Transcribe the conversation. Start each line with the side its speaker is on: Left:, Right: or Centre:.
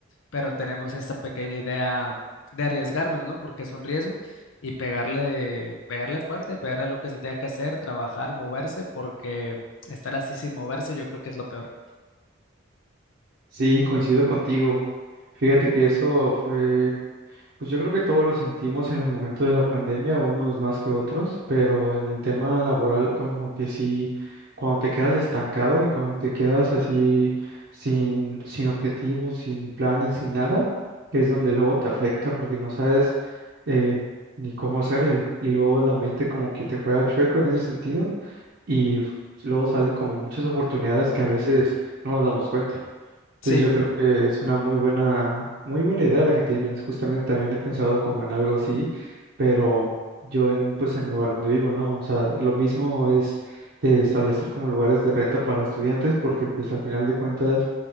Left: pero tenemos esta pequeña idea de arriesgarnos, ¿no? Porque es un riesgo y pegarle, pegarle fuerte, pegarle lo que se tenga que hacer, trabajar, moverse, porque estar así sin moverse yo creo que es lo peor.
Right: Sí, coincido contigo. Fíjate que eso fue Pues yo creo que todos lo sentimos en el momento de la pandemia, unos más que otros, pero en el tema laboral como que sí, cuando te quedas estancado y cuando te quedas así sin, sin objetivos, sin planes, sin nada, es donde luego te afecta porque no sabes eh, ni cómo hacerle y luego la mente como que te juega chueco en ese sentido y luego salen como muchas oportunidades que a veces no nos damos cuenta. Entonces
Left: Sí,
Right: yo creo que es una muy buena, muy buena idea la que tienes. Justamente también he pensado como en algo así, pero yo en, pues en el lugar donde vivo, ¿no? O sea, lo mismo es de establecer como lugares de renta para estudiantes, porque pues al final de cuentas